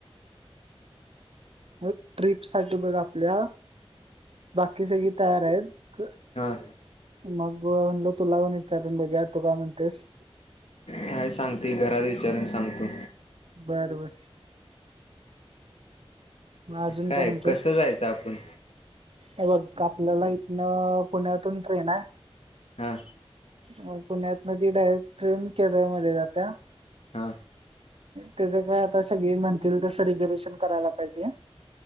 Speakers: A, on the right; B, on the left.
A: मग ट्रिप साठी बघ आपल्या बाकी सगळी तयार आहेत.
B: ह
A: मग म्हणलो तूला पण इचारून बघू या तू काय म्हणतोस
B: काय सांगते घरात विचारून सांगतो
A: बर बर मग अजून
B: काय
A: म्हणतेस?
B: कसं जायचं आपण
A: हे बघ आपल्याला इथनं पुण्यातून ट्रेन हाय.
B: हा
A: म पुण्यातना ती डायरेक्ट ट्रेन केरळमध्ये जात्या
B: हा
A: त्याज काय आता सगळी म्हणतील तसं रिझर्वेशन करायला पाहिजे हा